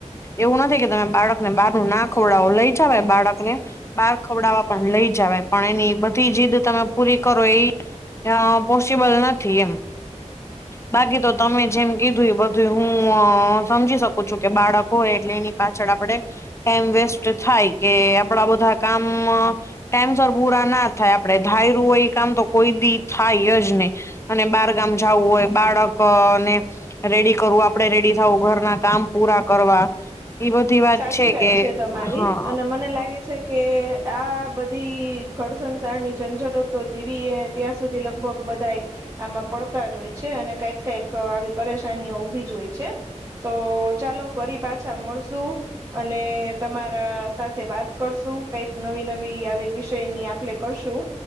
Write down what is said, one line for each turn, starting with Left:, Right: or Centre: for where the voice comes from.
Left: એવું નથી કે તમે બાળકને બહાર ના ખવડાવો લઈ જવાય બાળકને બાર ખવડાવવા પણ લઈ જવાય પણ એની બધી જીદ તમે પૂરી કરો એ અ પોસિબલ નથી એમ બાકી તો તમે જેમ કીધું એ બધું હું અ સમજી શકું છું કે બાળક હોય એટલે એની પાછળ આપડે ટાઈમ વેસ્ટ થાય કે આપડા બધા કામ અ ટાઈમ સર પૂરા ના થાય આપડે ધાયરું એ કામ તો કોઈ દી થાય જ નય અને બારગામ જાવું હોય બાળક ક અને રેડી કરવું આપડે રેડી થાવું ઘરના કામ પૂરા કરવા એ બધી
Right: સાચી વાત
Left: કે
Right: છે તમારી
Left: હા
Right: અને મને લાગે છે કે આ બધી ઘર સંસારની ઝંઝટતો જીવીએ ત્યાં સુધી લગભગ બધાએ આમાં પડતા જ હોય છે અને કઈક કઈક આવી પરેશાનીઓ ઊભી જ હોય છે. તો ચાલો ફરી પાછા મળ
Left: <inaudible>
Right: અને તમારા સાથે વાત કરશું કઈક નવી નવી આવી વિષયની આપણે કરશું